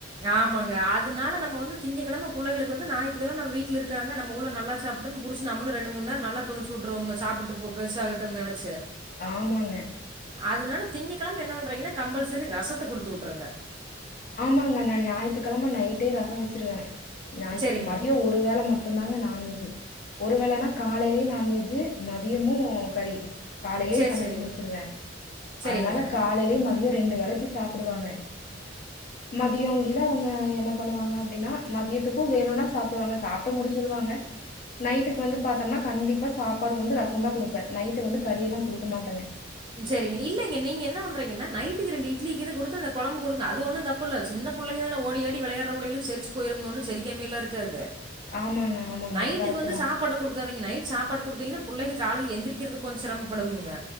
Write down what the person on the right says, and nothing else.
ஆமாங்க அதனால நம்ம வந்து திங்ககெழம புள்ளைகளுக்கு வந்து ஞாயித்துகெழம நம வீட்ல இருக்காங்க நம்ம புள்ள நல்லா சாப் புடுன் புடிச்சி நம்மளு ரெண்டு மூணு நேரோ நல்லா துனிச்சு வுட்ருவோங்க சாப்புட்டு போ பெருசாகட்டும்னு நெனச்சு
அதனால திங்ககெழம என்ன பண்றீங்கன்னா கம்பல்செரி ரசத்த குடுத்து வுட்ருங்க
சரிங்க.
சரி,
சரிங்க.
சரிங்க.
செரிங்க இல்லங்க நீங்க என்ன பண்றீங்கன்னா நைட்டுக்கு ரெண்டு இட்லி கிது குடுத்து அந்த கொழம்பு குடுங்க அது ஒன்னு தப் புல்ல சின்ன புள்ளைக தான ஓடியாடி வெளயாட்ற புள்ளைகளுக்கு செரிச்சு போயிருங்க ஒன்னு செரிக்காமையெல்லா இருக்காது
நைட்டுக்கு
வந்து
சாப் சாப்பாடு குடுக்காதீங்க நைட் சாப்பாடு குடுத்திங்னா புள்ளைக காலைல எந்திரிக்கறது கொஞ்சோ சிரம்மபடுமுங்க